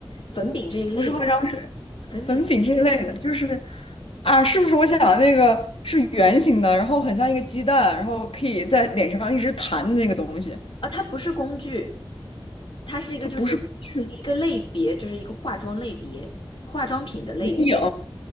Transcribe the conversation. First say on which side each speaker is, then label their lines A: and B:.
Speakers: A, on the left; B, on the left.
A: 粉饼这一类的，
B: <laughs> 不是化妆水，
A: 粉饼这一类
B: 粉饼这一类的，就是啊，是不是我想的那个是圆形的，然后很像一个鸡蛋，然后可以在脸上一直弹的那个东西？
A: 啊，它不是工具，它是一个就是一个类别，
B: 它不是工具，
A: 就是一个化妆类别，化妆品的类别
B: 眼影，